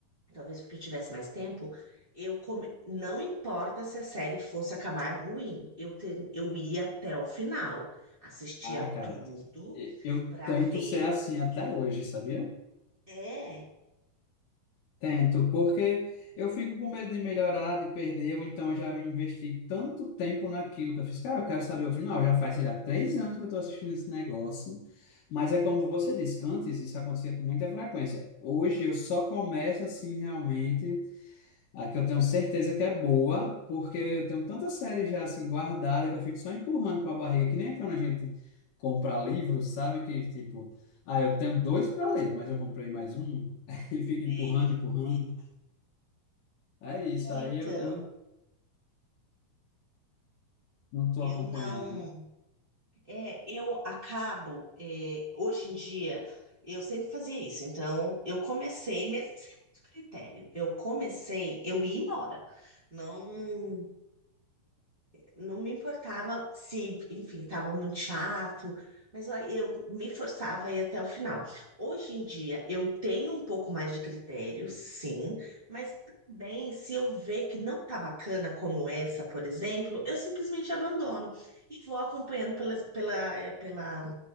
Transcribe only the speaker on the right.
talvez porque eu tivesse mais tempo, eu come- não importa se a série fosse acabar ruim, eu ter- eu ia até o final, assistia
tudo
para
ver.
É,
sei.
é,
então.
Eu
não. É, eu acabo. é, hoje em dia, eu sempre fazia isso. Então, eu comecei, mesmo sem muito critério, eu comecei, eu ia embora. Não não me importava se, enfim, estava muito chato, mas ó, eu me forçava a ir até o final. Hoje em dia, eu tenho um pouco mais de critério, sim, mas também se eu ver que não tá bacana como essa, por exemplo, eu simplesmente abandono e vou acompanhando pela, pela, é, pela,